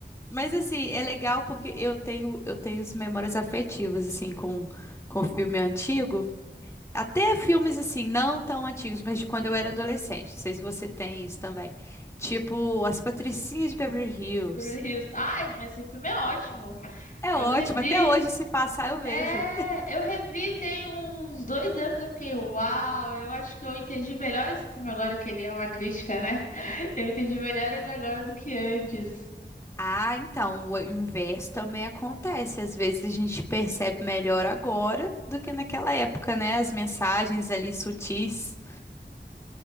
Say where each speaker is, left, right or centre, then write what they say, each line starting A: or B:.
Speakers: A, on the left; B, on the left.
A: Mas assim, é legal porque eu tenho eu tenho as memórias afetivas assim com com filme antigo, até filmes assim não tão antigos, mas de quando eu era adolescente. Não sei se você tem isso também. Tipo As Patricinhas de Beverly Hills.
B: Beverly Hills. Ah, mas esse filme é ótimo.
A: É
B: Eu
A: ótimo,
B: revi.
A: até hoje se passar eu vejo.
B: É, eu revi tem uns dois anos. Eu fiquei, uau, eu acho que eu entendi melhor esse filme agora, que ele é uma crítica, né? <laughs> Eu entendi melhor ele agora do que antes.
A: Ah, então, o inverso também acontece. Às vezes a gente percebe melhor agora do que naquela época, né? As mensagens ali sutis.